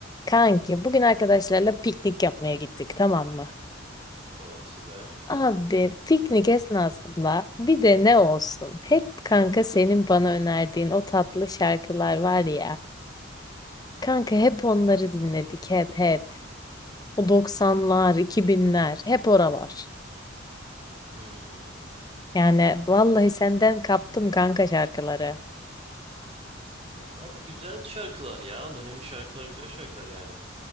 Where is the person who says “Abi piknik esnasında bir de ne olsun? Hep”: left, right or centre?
Left